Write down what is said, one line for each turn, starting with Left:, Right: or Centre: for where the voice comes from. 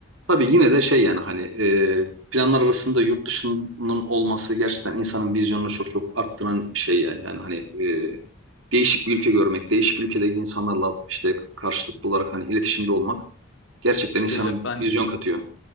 Right: Tabii yine de şey yani hani e, planlar arasında yurt dışının olması gerçekten insanın vizyonunu çok çok arttıran bir şey yani. Yani hani e, değişik bir ülke görmek, değişik ülkedeki insanlarla işte karşılıklı olarak hani iletişimde olmak gerçekten
Left: İşte
Right: insanın
Left: ya ben
Right: vizyon katıyor.